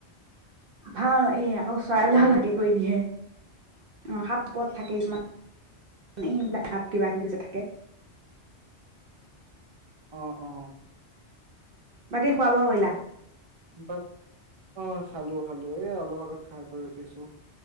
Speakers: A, on the right; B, on the right.
A: ভাল এইয়া। আকৌ চৰাইবিলাক
B: সাপো
A: হাগি
B: ওলাই
A: কৰি দিয়ে। অ', সাপ ওপৰত থাকে কিছুমান। এইবিলাক সাপ কিবা কিবি যে থাকে।
B: অ', অ'।
A: বাকী খোৱা বোৱা কৰিলা?
B: <unintelligible> অ', খালো-খালো। এ, অলপ আগত খাই বৈ উঠিছো।